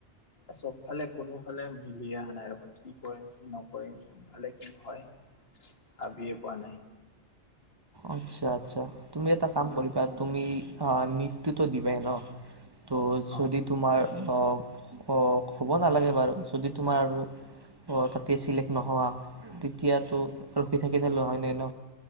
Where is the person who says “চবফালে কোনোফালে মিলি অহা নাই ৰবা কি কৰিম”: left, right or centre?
Left